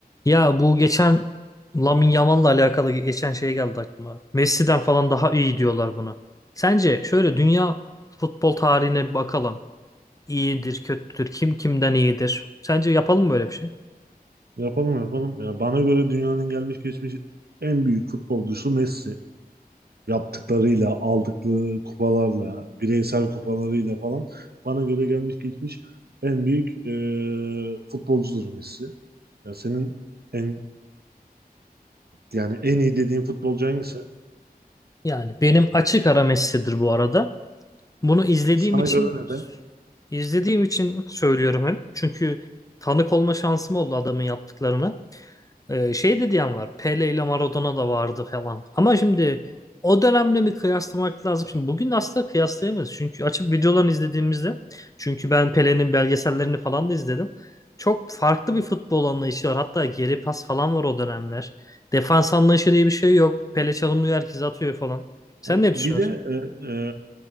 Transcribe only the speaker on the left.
Ya bu geçen Lamine Yamal'la alakalı geçen şey geldi aklıma. Messi'den falan daha iyi diyorlar buna. Sence şöyle dünya futbol tarihine bir bakalım. İyidir, kötüdür, kim kimden iyidir? Sence yapalım mı böyle bir şey?
Yani benim açık ara Messi'dir bu arada. Bunu izlediğim
için
izlediğim için söylüyorum hem. Çünkü tanık olma şansım oldu adamın yaptıklarına. Ee, şey de diyen var. Pele ile Maradona da vardı falan. Ama şimdi o dönemle mi kıyaslamak lazım? Şimdi bugün asla kıyaslayamayız. Çünkü açıp videolarını izlediğimizde çünkü ben Pele'nin belgesellerini falan da izledim. Çok farklı bir futbol anlayışı var. Hatta geri pas falan var o dönemler. Defans anlayışı diye bir şey yok. Pele çalımlıyor herkes atıyor falan. Sen
ne düşünüyorsun?